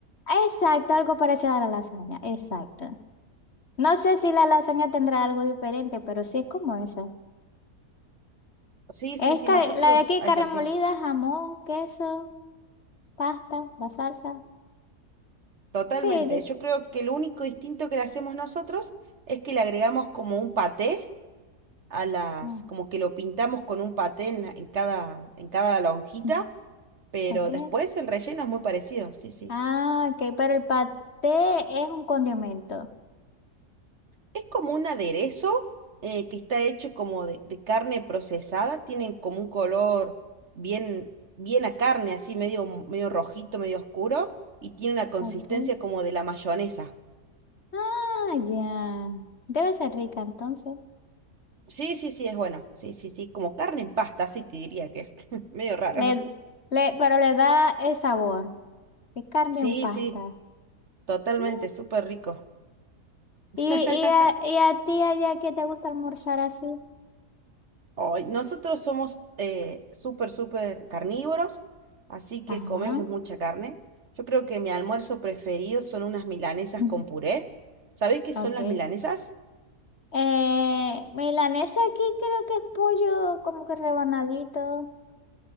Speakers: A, on the left; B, on the right.
A: Exacto, algo parecido a la lasaña, exacto. No sé si la lasaña tendrá algo diferente, pero sí es como eso.
B: Sí,
A: Es
B: sí, sí,
A: car-
B: nosotros
A: la de aquí,
B: es
A: carne
B: así,
A: molida, jamón, queso, pasta, la salsa.
B: totalmente.
A: Sí, de-
B: Yo creo que lo único distinto que le hacemos nosotros es que le agregamos como un paté a las,
A: mm,
B: como que lo pintamos con un paté en, la- en cada, en cada lonjita,
A: mm,
B: pero
A: ok.
B: después el relleno es muy parecido, sí, sí.
A: Ah, ok, pero el paté es un condimento.
B: Es como un aderezo eh, que está hecho como de, de carne procesada, tienen como un color bien, bien a carne, así medio, medio rojito, medio oscuro, y tiene una consistencia
A: Ok.
B: como de la mayonesa.
A: Ah, ya. Debe ser rica entonces.
B: Sí, sí, sí, es bueno. Sí, sí, sí, como carne en pasta, así te diría que es <laughs> medio raro.
A: Le, le, pero le da el sabor. Es carne
B: Sí,
A: en pasta.
B: sí, totalmente,
A: Mm.
B: súper rico. <laughs>
A: ¿Y, y, a, y a ti allá qué te gusta almorzar así?
B: Ay, nosotros somos eh, súper, súper carnívoros, así que
A: Ajá.
B: comemos mucha carne. Yo creo que mi almuerzo preferido son unas milanesas
A: Ujú.
B: con puré. ¿Sabéis qué son
A: Ok.
B: las milanesas?
A: Eh, milanesa aquí creo que es pollo como que rebanadito.